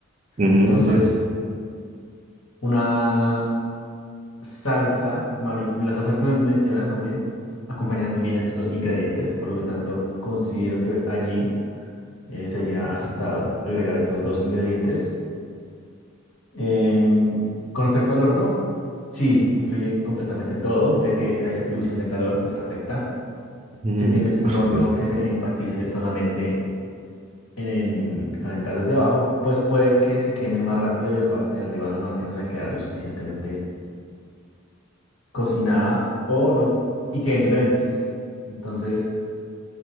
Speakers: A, on the right; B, on the left.
A: ujú,
B: Entonces,
A: bueno,
B: una salsa, mari- las salsas que me mencionas más bien, acompañan muy bien estos dos ingredientes, por lo tanto considero que allí eh, sería acertado agregar estos dos ingredientes. Em, con respecto al horno, sí, influye completamente en todo, ya que la distribución de calor pues afecta.
A: ujú,
B: Si tienes un
A: por supuesto.
B: horno que se enfatice solamente en calentar desde abajo, pues puede que se queme más rápido y la parte de arriba no alcance a quedar lo suficientemente cocinada o no y queden diferentes. Entonces,